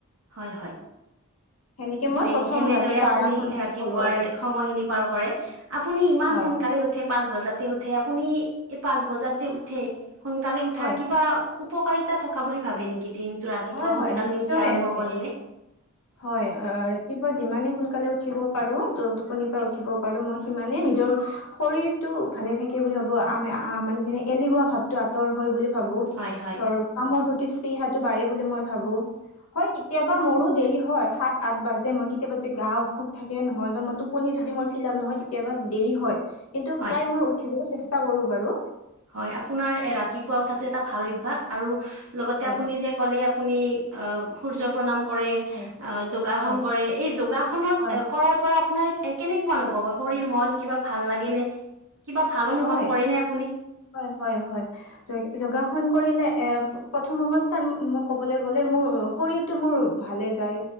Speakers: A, on the right; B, on the left.
A: হয় হয়।
B: সেনেকে মই
A: এ-এনেদৰে
B: প্ৰথম ৰাতিপুৱা
A: আপুনি
B: আৰম্ভণিটো
A: ৰাতিপুৱাৰ
B: কৰো আৰু
A: সময়খিনি পাৰ কৰে। আপুনি ইমান
B: হয়
A: সোনকালে উঠে পাঁচ বজাতে উঠে, আপুনি এই পাঁচ বজাত যে উঠে সোনকালে উঠাৰ
B: হয়।
A: কিবা উপকাৰিতা থকা বুলি ভাবে নেকি? দিনটো ৰাতিপুৱা
B: হয়
A: সোনকালে
B: হয় নিশ্চয়
A: উঠি আৰম্ভ
B: আছে
A: কৰিলে
B: হয় অ', ৰাতিপুৱা যিমানে সোনকালে উঠিব পাৰো টো-টোপনি পৰা উঠিব পাৰো, মই সিমানে নিজৰ শৰীৰটো ভালে থাকে বুলি ভাবো, আমি মানে নে এলেহুৱা ভাৱটো আঁতৰ হয় বুলি ভাবো
A: হয় হয়
B: ধৰ কামৰ প্ৰতি স্পৃহাটো বাঢ়ে বুলি মই ভাবো হয় কেতিয়াবা মোৰো দেৰি হয় সাত আঠ বাজে মোৰ কেতিয়াবা যদি গা অসুখ থাকে নহ'লে বা মই টোপনি যদি মোৰ ফিল আপ নহয় তেতিয়াবা দেৰি হয় কিন্তু
A: হয়
B: প্ৰায় মই উঠিবলৈ চেষ্টা কৰো বাৰু
A: হয়, আপোনাৰ ৰাতিপুৱা উঠাতটো এটা ভাল অভ্যাস আৰু লগতে
B: হয়
A: আপুনি যে ক'লে আপুনি সূৰ্য প্ৰাম
B: হয়
A: যোগাসন
B: হয়
A: কৰে এই যোগাসনত
B: হয়
A: কৰাৰ পৰা আপোনাৰ এ কেনেকুৱা অনুভৱ শৰীৰ মন কিবা ভাল লাগে নে কিবা ভাল
B: হয়
A: অনুভৱ কৰে নে আপুনি
B: হয়, হয়, হয় যোগাসন কৰিলে এ প্ৰথম অৱস্থাত মোক ক'বলৈ গ'লে মোৰ শৰীৰতটো মোৰ ভালে যায়